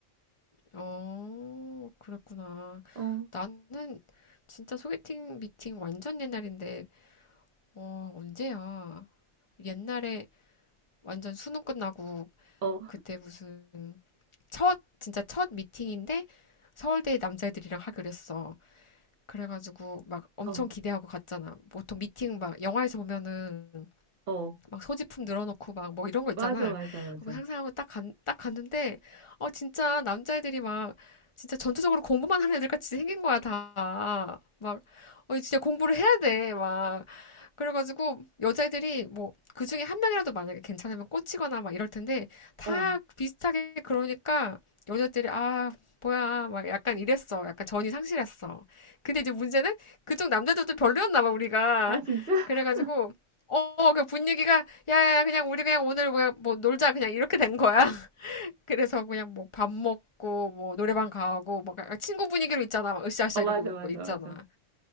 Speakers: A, on the left; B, on the right.
A: 어, 그랬구나.
B: <laughs> 어,
A: 나는 진짜 소개팅 미팅 완전 옛날인데, 어, 언제야? 옛날에 완전 수능 끝나고,
B: 어,
A: 그때 무슨, 첫, 진짜 첫 미팅인데, 서울대 남자애들이랑 하기로 했어. 그래가지고 막 엄청
B: 어,
A: 기대하고 갔잖아. 보통 미팅 막 영화에서 보면은
B: 어,
A: 막 소지품 늘어놓고 막 뭐 이런 거 있잖아.
B: 맞아, 맞아, 맞아.
A: 그거 상상하고 딱 간, 딱 갔는데, 어, 진짜 남자애들이 막, 진짜 전투적으로 공부만 하는 애들 같이 생긴 거야, 다. 막, 어, 진짜 공부를 해야 돼. 막, 그래가지고 여자애들이 뭐 그중에 한 명이라도 만약에 괜찮으면 꽂히거나 막 이럴 텐데 다
B: 어,
A: 비슷하게 그러니까 여자들이 아 뭐야 막 약간 이랬어 약간 전이 상실했어 근데 이제 문제는 그쪽 남자들도 별로였나 봐 우리가
B: 아 진짜? <laughs>
A: 그래가지고 어그 분위기가 야야 그냥 우리 그냥 오늘 뭐야 뭐 놀자 그냥 이렇게 된 거야 <laughs> 그래서 그냥 뭐 밥 먹고 뭐 노래방 가고 막 약간 친구 분위기로 있잖아 막 으쌰으쌰
B: 어, 맞아,
A: 이러고
B: 맞아,
A: 있잖아
B: 맞아.